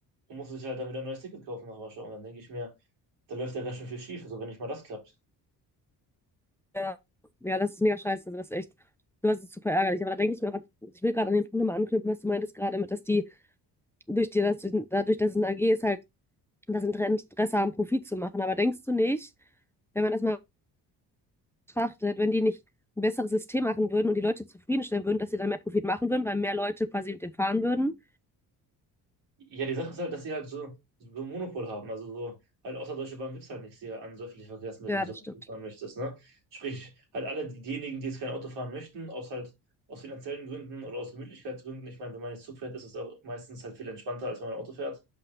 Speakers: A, on the right; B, in the centre.
A: und musste sich halt dann wieder ein neues Ticket kaufen nach Warschau. Und dann denke ich mir, da läuft ja ganz schön viel schief, also wenn nicht mal das klappt.
B: Ja, ja, das ist mega scheiße. Also das ist echt, sowas ist super ärgerlich. Aber da denke ich mir einfach, ich will gerade an den Punkt nochmal anknüpfen, was du meintest gerade mit, dass die durch die, dass, durch- dadurch, dass es ein AG ist, halt das Interesse haben, Profit zu machen. Aber denkst du nicht, wenn man das mal betrachtet, wenn die nicht ein besseres System machen würden und die Leute zufriedenstellen würden, dass sie dann mehr Profit machen würden, weil mehr Leute quasi mit denen fahren würden?
A: Ja, die Sache ist halt, dass sie halt so, so ein Monopol haben. Also so, halt außer Deutsche Bahn gibt es halt nichts hier an so öffentlichen Verkehrsmitteln,
B: Ja,
A: so
B: das
A: dass
B: stimmt.
A: du fahren möchtest, ne? Sprich, halt alle die- diejenigen, die jetzt kein Auto fahren möchten, aus halt aus finanziellen Gründen oder aus Gemütlichkeitsgründen. Ich meine, wenn man jetzt Zug fährt, ist es auch meistens halt viel entspannter, als wenn man Auto fährt,